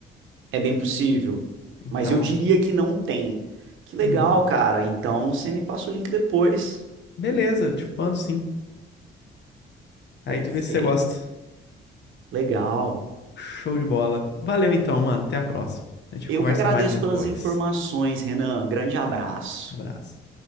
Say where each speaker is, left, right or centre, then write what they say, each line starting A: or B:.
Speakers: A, on the right; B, on the left.
A: É bem possível.
B: Então,
A: Mas eu diria
B: cê-
A: que não tem. Que legal,
B: hum,
A: cara. Então, você me passa o link depois.
B: beleza, eu te mando sim. Aí
A: Perfeito.
B: tu vê se você gosta.
A: Legal.
B: Show de bola. Valeu então, mano. Até a próxima. A gente
A: Eu
B: conversa
A: que agradeço
B: mais depois.
A: pelas informações, Renan. Grande abraço.
B: Um abraço.